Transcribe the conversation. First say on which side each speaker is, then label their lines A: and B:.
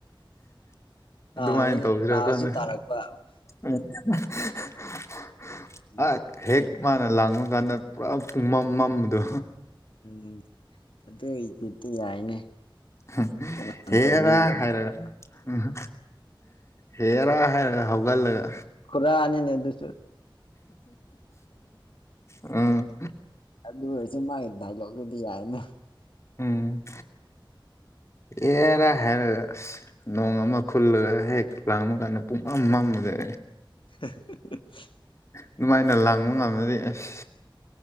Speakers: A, on the left; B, on the left.
A: ꯑꯗꯨꯃꯥꯏꯅ
B: ꯇꯥꯔꯦꯅꯦ
A: ꯇꯧꯁꯤꯔ
B: ꯇꯥꯁꯨ
A: ꯈꯪꯗꯦ
B: ꯇꯥꯔꯛꯄ
A: ꯎꯝ <unintelligible>
B: ꯎꯝ
A: ꯍꯦꯛ ꯃꯥꯅ ꯂꯪꯕ ꯀꯥꯟꯗ ꯄꯨꯔꯥ ꯄꯨꯡꯃꯝ ꯃꯝꯕꯗꯣ
B: ꯎꯝ ꯑꯗꯨ ꯏꯗꯤꯠꯇꯣ ꯌꯥꯏꯅꯦ
A: ꯍꯨꯝ
B: ꯀꯅꯥꯅ
A: ꯍꯦꯔꯥ
B: ꯇꯧꯕꯤꯕ꯭ꯔꯅꯦ
A: ꯍꯥꯏꯔꯒ ꯎꯝ ꯍꯨꯝ ꯍꯦꯔꯥ ꯍꯥꯏꯔꯒ ꯍꯧꯒꯠꯂꯒ
B: ꯈꯨꯔ ꯅꯤꯅꯦ ꯑꯗꯨꯖꯨ
A: ꯎꯝ
B: ꯑꯗꯨ ꯑꯣꯏꯔꯁꯨ ꯃꯥꯒꯤ ꯗꯥꯏꯂꯣꯛꯇꯨꯗꯤ ꯌꯥꯏꯅ
A: ꯎꯝ ꯑꯦꯔ ꯍꯥꯏꯔꯒ ꯅꯨꯡ ꯑꯃ ꯈꯨꯜꯂꯒ ꯍꯦꯛ ꯂꯥꯡꯕ ꯀꯥꯟꯗ ꯄꯨꯡꯃꯝ ꯃꯝꯒ꯭ꯔꯦ
B: <unintelligible>
A: ꯑꯗꯨꯃꯥꯏꯅ ꯂꯥꯡꯕ ꯉꯝꯅꯔꯤ ꯑꯁ